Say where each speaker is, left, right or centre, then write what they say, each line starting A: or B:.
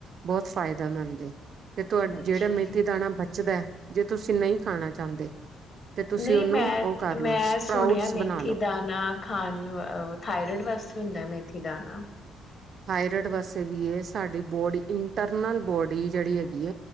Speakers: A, on the right; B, on the left.
A: ਬਹੁਤ ਫਾਇਦੇਮੰਦ ਏ ਤੇ ਤੁਹਾਾ ਜਿਹੜਾ
B: ਅੱਛਾ
A: ਮੇਥ
B: ਜੀ
A: ਦਾਣਾ ਬ <unintelligible> ਜੇ ਤੁਸੀਂ ਨਹੀਂ ਖਾਣਾ ਚਾਹੁੰਦੇ ਤੇ ਤੁਸੀਂ
B: ਨਹੀਂ
A: ਉਹਨੂੰ
B: ਮੈਂ
A: ਉਹ ਕਰ
B: ਮੈਂ
A: ਲਓ ਸਪਰਾਊਟਸ
B: ਸੁਣਿਆ ਮੇਥੀ
A: ਬਣਾ ਲਓ।
B: ਦਾਾਨ ਖਾਣ ਥਾਇਰੋਇਡ ਵਾਸਤੇ ਹੁੰਦਾ ਮੇਥ ਠ ਦਾਾਨ
A: ਥਾਇਰਇਡ ਵਾਸੇ ਵੀ ਇਹ ਸਾਡੀ ਬੋਡੀ ਇੰਟਰਨਲ ਬੋਰਡ <unintelligible> ਜਿਹੜੀ ਹੈਗੀ